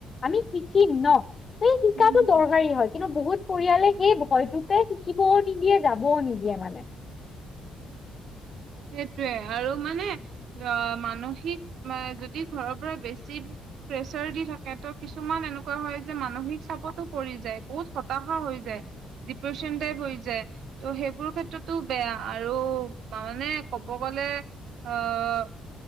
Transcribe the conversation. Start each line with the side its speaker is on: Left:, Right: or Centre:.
Left: আমি শিকিম ন'? সেই শিকাটো
Right: হম হম
Left: দৰকাৰী হয়, কিন্তু বহুত পৰিয়ালে সেই ভয়টোতে শিকিবও নিদিয়ে যাবও নিদিয়ে মানে।
Right: সেইটোৱে আৰু মানে অ', মানসিক যদি ঘৰৰ পৰা বেছি প্ৰেচাৰ দি থাকে ত' কিছুমান এনেকুৱা হয়, যে মানসিক চাপতো পৰি যায় বহুত হতাশা হৈ যায়। ডিপ্ৰেশচন টাইপ হৈ যায়, ত' সেইবোৰ ক্ষেত্ৰতো বেয়া আৰু মানে ক'ব গ'লে আহ